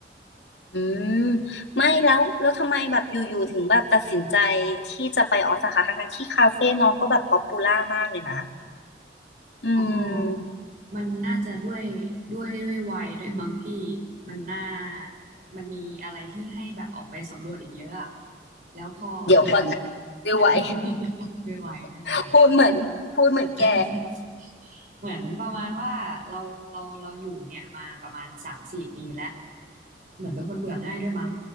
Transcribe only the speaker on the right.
อ๋อมันน่าจะด้วยด้วยด้วยวัยด้วยมั้งพี่มันน่ามันมีอะไรที่ให้แบบออกไปสำรวจอีกเยอะอะแล้วพอ
<laughs> ด้วยวัยด้วยวัย
<laughs> เหมือนประมาณว่าเราเราเราอยู่เนี่ยมาประมาณสามสี่ปีแล้วเหมือนเป็นคนเบื่อง่ายด้วยมั้ง